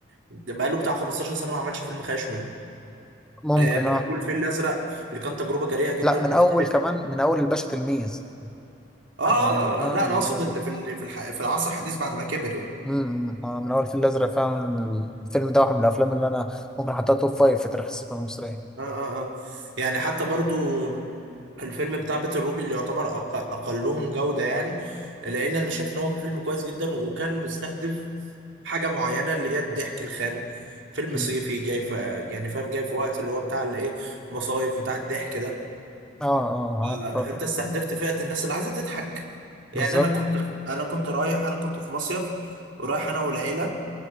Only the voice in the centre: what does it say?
ممكن
اه
لا من
اول كمان من اول الباشا تلميذ
يعني من اه
من
اول
امم آه، من اول الفيل الازرق فعلا الفيلم ده واحد من الافلام اللي انا ممكن احطها توب فايف في تاريخ السينما المصريه
مم.
اه اه عارف
فاكر
بالظبط